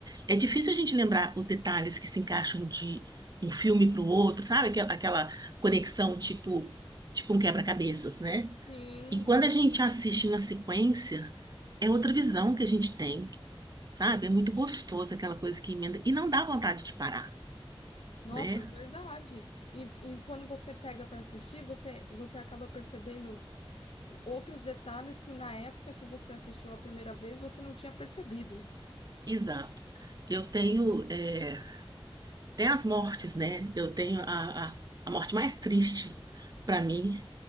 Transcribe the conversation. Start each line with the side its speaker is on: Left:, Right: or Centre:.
Right: É difícil a gente lembrar os detalhes que se encaixam de um filme para o outro, sabe? Aquela, aquela conexão tipo, tipo um quebra-cabeças, né?
Left: Sim.
Right: E quando a gente assiste na sequência, é outra visão que a gente tem, sabe? É muito gostoso aquela coisa que emenda e não dá vontade de parar,
Left: Nossa,
Right: né?
Left: é verdade. E, e quando você pega para assistir, você, você acaba percebendo outros detalhes que na época que você assistiu a primeira vez você não tinha percebido.
Right: Exato. Eu tenho é, até as mortes, né? Eu tenho a, a, a morte mais triste para mim